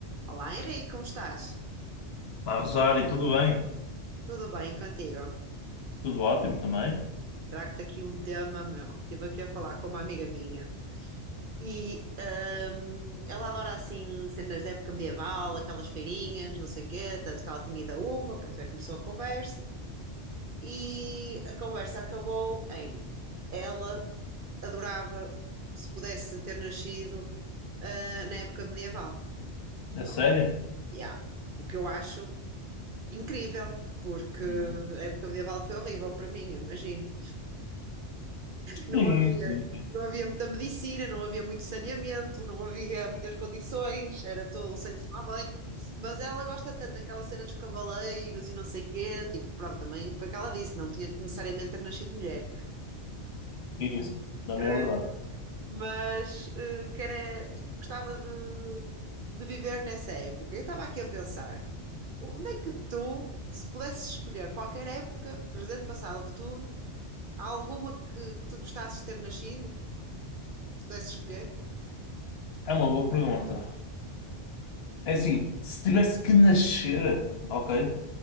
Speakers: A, on the right (about 60°); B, on the left (about 65°).
A: Olá Henrique, como estás?
B: Olá, Rosário, tudo bem?
A: Tudo bem contigo?
B: Tudo ótimo também?
A: Trago-te aqui um tema meu. Estive aqui a falar com uma amiga minha e hum, ela adora assim cenas da época medieval, aquelas feirinhas, não sei o quê, tanto que ela tinha ido a uma, por isso é que começou a conversa. E a conversa acabou em ela adorava se pudesse ter nascido ah, na época medieval.
B: É sério?
A: Ok. Yeah. O que eu acho incrível, porque
B: Uhum.
A: a época medieval foi horrível para mim, imagino. Não
B: Sim,
A: havia,
B: sim, sim.
A: não havia muita medicina, não havia muito saneamento, não havia muitas condições, era todo sem tomar banho. Mas ela gosta tanto daquela cena dos cavaleiros e não sei quê, tipo, pronto, também foi o que ela disse, não tinha que necessariamente ter nascido mulher.
B: Isso, também
A: Eh,
B: é verdade.
A: Mas eh, que era, que gostava de, de viver nessa época. Eu estava aqui a pensar, onde é que tu, se pudesses escolher qualquer época, presente, passado ou futuro, há alguma que, que tu gostasses de ter nascido, se pudesses escolher?
B: É uma boa pergunta. É assim, se tivesse que nascer, ok,